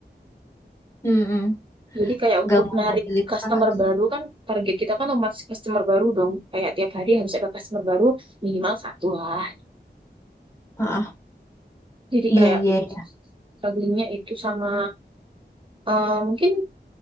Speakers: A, on the left; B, on the right.
A: mm-mm.
B: Jadi kayak untuk
A: Gangguan
B: narik
A: mobilitas.
B: customer baru kan target kita kan otomatis customer baru dong. Kayak tiap hari harus ada customer baru minimal satu lah.
A: Ah,
B: Jadi
A: iya
B: kayak
A: iya iya.
B: strugglingnya itu sama eh, mungkin